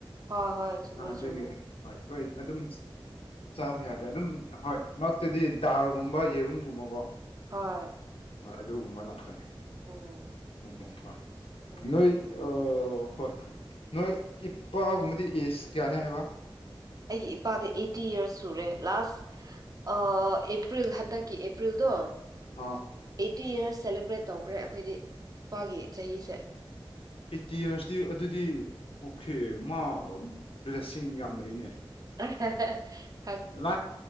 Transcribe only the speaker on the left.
ꯑꯥ ꯑꯗꯨꯒꯤ
ꯍꯣꯏ ꯍꯣꯏ ꯑꯗꯨꯝ
ꯆꯥꯕ ꯌꯥꯗꯦ ꯑꯗꯨꯝ ꯍꯣꯏ ꯃꯛꯇꯗꯤ ꯗꯥꯜꯒꯨꯝꯕ ꯌꯦꯔꯨꯝꯒꯨꯝꯕꯀꯣ
ꯍꯣꯏ ꯑꯗꯨꯒꯨꯝꯕ ꯂꯥꯛꯀꯅꯤ
ꯎꯝ ꯍꯣꯏ
ꯅꯣꯏ ꯍꯣꯏ ꯅꯣꯏ ꯏꯄꯥꯒꯨꯝꯕꯗꯤ ꯑꯦꯖ ꯀꯌꯥꯅꯦ ꯍꯥꯏꯕ
ꯑꯥ
ꯑꯩꯠꯇꯤ ꯌꯔꯁꯇꯤ ꯑꯗꯨꯗꯤ ꯑꯣꯀꯦ ꯃꯥ ꯕ꯭ꯂꯦꯁꯤꯡ ꯌꯥꯝ ꯂꯩꯅꯦ
ꯂ